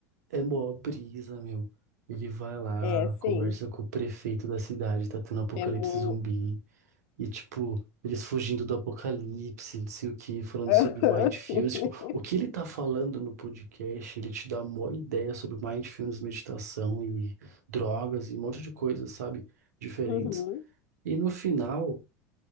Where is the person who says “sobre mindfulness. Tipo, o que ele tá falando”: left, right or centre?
Right